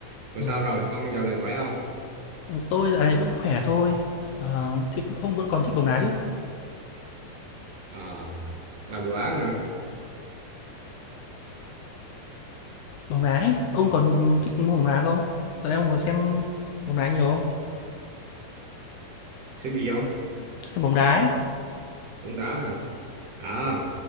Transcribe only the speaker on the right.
Còn
sao rồi, ông dạo này khỏe không?
À, làm đồ án hả?
Xem gì không?
Cũng đã hả? À,